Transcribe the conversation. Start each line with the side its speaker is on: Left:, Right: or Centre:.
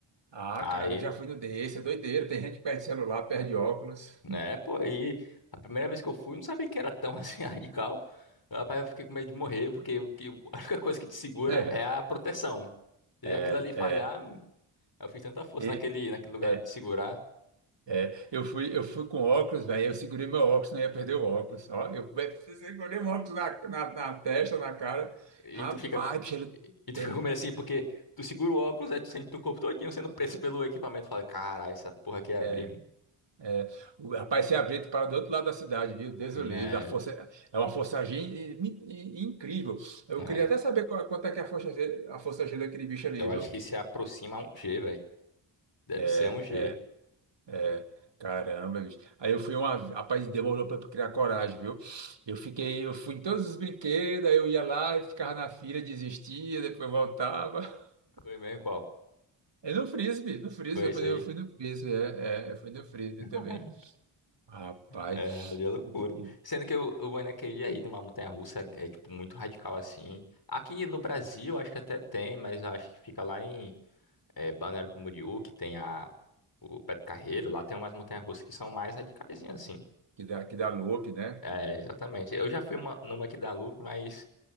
Right: Ah,
Left: Aí,
Right: cara, eu já fui no desse, é doideiro. Tem gente que perde celular, perde óculos.
Left: né, pô, aí a primeira vez que eu fui, não sabia que era tão <laughs> assim radical. Rapaz, eu fiquei com medo de morrer, porque o que, a única coisa que te segura
Right: <laughs>
Left: é a proteção. Se
Right: É,
Left: aquilo ali
Right: é,
Left: falhar,
Right: é.
Left: eu fiz tanta força
Right: E-
Left: naquele, naquele lugar
Right: é.
Left: de segurar.
Right: É, eu fui, eu fui com óculos, velho. Eu segurei meu óculos, não ia perder o óculos. Ó, eu be- segurei o óculos na, na, na testa, na cara.
Left: E
Right: Rapaz,
Left: tu fica. co-
Right: bicho, ele
Left: E e tu
Right: tem.
Left: fica com medo assim, porque tu segura o óculos, aí tu sente teu corpo todinho sendo preso pelo equipamento. Fala, caralho, essa porra aqui é
Right: É,
Left: abrir, mano."
Right: é. O rapaz se abriu para do outro lado da cidade, viu? Deus
Left: É,
Right: o livre. A força, é uma força G in- in- incrível. Eu
Left: é.
Right: queria até saber qual- quanto é que é a força, G- a força G daquele bicho ali,
Left: Eu
Right: viu?
Left: acho que se aproxima a um G, velho. Deve
Right: É.
Left: ser a um G.
Right: É, caramba, bicho. Aí eu fui uma. Rapaz, demorou pra criar coragem, viu? Eu fiquei, eu fui em todos os brinquedos, aí eu ia lá e ficava na fila, desistia, depois voltava. <laughs>
Left: Foi mesmo qual?
Right: É no frisbee, no frisbee,
Left: Foi isso
Right: eu fui,
Left: aí.
Right: eu fui no frisbee, é, é, eu fui no frisbee
Left: <laughs>
Right: também. Rapaz,
Left: É, ali é loucura.
Right: que
Left: Sendo que o, o Anakin aí numa montanha-russa é, é, tipo muito radical assim. Aqui no Brasil acho que até tem, mas eu acho que fica lá em é, Balneário Camboriú, que tem a o Beto Carreiro, lá tem umas montanhas-russas que são mais radicaisinhas assim.
Right: que dá, que dá loop, né?
Left: É, exatamente. Eu já fui uma- numa aqui da Loop, mas